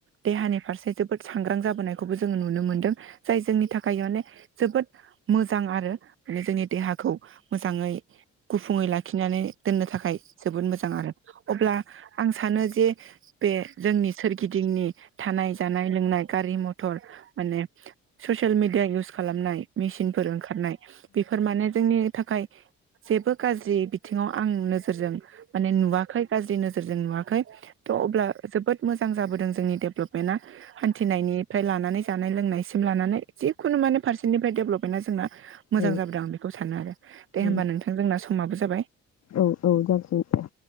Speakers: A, on the right; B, on the left.
A: देहानि फारसे जोबोद सांग्रां जाबोनायखौबो जोङो नुनो मोनदों जाय जोंनि थाखाय माने जोबोद मोजां आरो। बे जोंनि देहाखौ मोजाङै गुफुङै लाखिनानै दोननो थाखाय जोबोद मोजां आरो अब्ला आं सानो जे बे जोंनि सोरगिदिंनि थानाय जानाय लोंनाय गारि मथर माने ससियेल मेडिया इउस खालामनाय मेसिनफोर ओंखारनाय फोर माने जोंनि थाखाय जेबो गाज्रि बिथिङाव आं नोजोरजों माने नुवाखै गाज्रि नोजोर जों नुवाखै। थ' अब्ला जोबोद मोजां जाबोदों जोंनि डेभ्लप मेन्थआ हान्थिनायनिफ्राय लानानै नानै जानाय लोंनायसिम लानानै जिखुनु माने फारसेनिफ्राय डेभ्लप मेन्थआ जोंना‌ मोजां
B: औ
A: जाबोदों आं बेखौ सानो आरो दे
B: औ
A: होमबा नोंथां जोंना स माबो जाबाय।
B: औ औ जासिगोन।